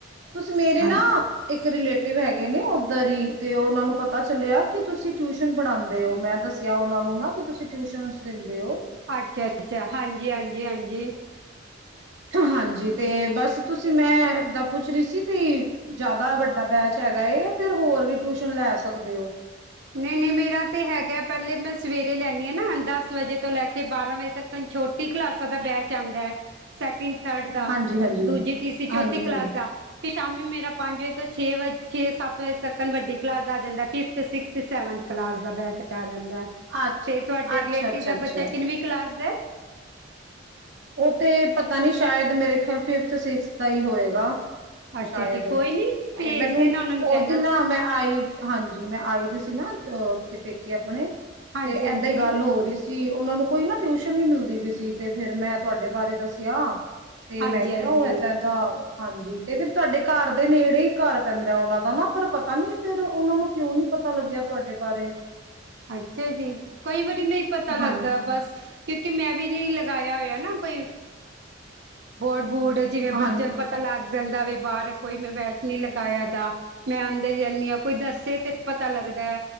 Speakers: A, on the right; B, on the right.
A: ਤੁਸੀਂ ਮੇਰੇ
B: ਹਾਂਜੀ
A: ਨਾ ਇੱਕ ਰਿਲੇਟਿਵ ਹੈਗੇ ਨੇ, ਉੱਧਰ ਹੀ ਤੇ ਉਹਨਾਂ ਨੂੰ ਪਤਾ ਚੱਲੇਆ। ਕਿ ਤੁਸੀਂ ਟਿਊਸ਼ਨ ਪੜ੍ਹਾਂਦੇ ਓ, ਮੈਂ ਦੱਸ ਸੇਆ, ਉਨ੍ਹਾਂ ਨੂੰ ਨਾ, ਕਿ ਤੁਸੀਂ ਟਿਊਸ਼ਨ ਦਿੰਦੇ ਓ।
B: ਅੱਛਾ, ਅੱਛਾ ਹਾਂਜੀ -ਹਾਂਜੀ- ਹਾਂਜੀ।
A: ਹਾਂਜੀ ਤੇ ਬਸ ਤੁਸੀਂ ਮੈਂ ਓਦਾ ਪੁੱਛ ਰੀ ਸੀ ਵੀ ਜੇਆਦਾ ਵੱਡਾ ਬੈਚ ਹੈਗਾ ਏ, ਜਾਂ ਫੇਰ ਹੋਰ ਵੀ ਟਿਊਸ਼ਨ ਲੈ ਸਕਦੇ ਓ।
B: ਨਈ-ਨਈ ਮੇਰਾ ਤੇ ਹੈਗਾ ਪੇਹਲੇ ਮੈਂ ਸਵੇਰੇ ਲੈਨੀ ਆ ਨਾ, ਦਸ ਵਜੇ ਤੋਂ ਲੈ ਕੇ ਬਾਰਾਂ ਵਜੇ ਤੱਕਨ ਛੋਟੀ ਕਲਾਸਾਂ ਦਾ ਬੈਚ ਆਂ ਦਾ ਸੈਕਿੰਡ -ਥਰਡ ਦਾ,
A: ਹਾਂਜੀ ਹਾਂਜੀ
B: ਦੂਜੀ, ਤੀਸਰੀ, ਚੌਥੀ
A: ਹਾਂਜੀ
B: ਕਲਾਸ
A: ਹਾਂਜੀ
B: ਦਾ। ਫੇਰ ਸ਼ਾਮੀ ਮੇਰਾ ਪੰਜ ਵਜੇ ਤੋਂ ਛੇ ਵਜ, ਛੇ -ਸੱਤ ਵਜੇ ਤੱਕਨ ਵੱਡੀ ਕਲਾਸ ਦਾ ਆ ਜਾਂਦਾ। ਫਿਫਥ- ਸਿਕਸ ਤੇ ਸੈਵੰਥ ਕਲਾਸ ਦਾ ਬੈਚ ਆ ਜਾਂਦਾ,
A: ਅੱਛ
B: ਤੇ ਤੁਹਾਡੇ
A: ਅੱਛਾ
B: ਰਿਲੇਟਿਵ
A: ਅੱਛਾ
B: ਦਾ
A: ਅੱਛਾ
B: ਬਚਾ ਕਿਨਵੀ ਕਲਾਸ ਦਾ।
A: ਓ ਤੇ ਪਤਾ ਨੀ ਸ਼ਾਏਦ, ਮੇਰੇ ਖੇਆਲ ਫਿਫਥ- ਸਿਕਸਥ ਦਾ ਹੀ ਹੋਏਗਾ।
B: ਅੱਛਾ
A: ਸ਼ਾਏਦ
B: ਜੀ ਕੋਈ ਨੀ
A: ਤੇ
B: ਭੇਜ
A: ਮੈਨੂੰ
B: ਦੇਣਾ ਉਹਨਾਂ ਨੂੰ ਕਹਿਣਾ
A: ਉਸ ਦਿਨ ਨਾ ਮੈਂ ਆਈ। ਹਾਂਜੀ, ਮੈਂ ਆਈ ਦੀ ਸੀ ਨਾ ਓ, ਉੱਥੇ ਪੇਕੇ ਆਪਨੇ ਤੇ
B: ਹਾਂਜੀ
A: ਏਦਾਂ
B: ਹਾਂਜੀ
A: ਈ ਗੱਲ ਹੋ ਰਹੀ ਸੀ, ਉਨਾਂ ਨੂੰ ਕੋਈ ਨਾ ਟਿਊਸ਼ਨ ਨੀ ਮਿਲਦੀ ਪਈ ਸੀ, ਤੇ ਫੇਰ ਮੈਂ ਤੁਹਾਡੇ ਬਾਰੇ ਦੱਸਿਆ ਤੇ
B: ਹਾਂਜੀ
A: ਮੈਂ ਕੇਆ,
B: ਹਾਂਜੀ
A: ਓ ਏਦਾਂ -ਏਦਾਂ ਹਾਂਜੀ, ਤੇ ਫੇਰ ਤੁਹਾਡੇ ਘਰ ਦੇ ਨੇੜੇ ਹੀ ਘਰ ਪੈਂਦਾ, ਉਨਾਂ ਦਾ ਨਾ ਪਰ ਪਤਾ ਨੀ ਫੇਰ ਉਨਾਂ ਨੂੰ ਕਿਉਂ ਨੀ ਪਤਾ ਪਤਾ ਲੱਗੇਆ ਤੁਹਾਡੇ ਬਾਰੇ।
B: ਅੱਛਾ ਜੀ, ਕਈ ਵਾਰੀ ਨਈ ਪਤਾ ਲੱਗਦਾ
A: ਹਾਂ
B: ਬਸ ਕਿਉਂਕਿ, ਮੈਂ ਵੀ ਨੀ ਲਗਾਏਆ ਹੋਏਆ ਨਾ ਕੋਈ ਬੋਰਡ-ਬੂਡ ਜਿਵੇਂ
A: ਹਾਂ
B: ਬੱਚਿਆਂ ਨੂੰ ਪਤਾ ਲੱਗ ਜਾਂਦਾ ਵੇ, ਬਾਹਰ ਕੋਈ ਮੈਂ ਬੈਚ ਨੀ ਲਗਾਏਆ ਦਾ। ਮੈਂ ਅੰਦਰ ਈ ਰੈਨੀ ਆਂ, ਕੋਈ ਦੱਸੇ ਤੇ ਪਤਾ ਲੱਗਦਾ।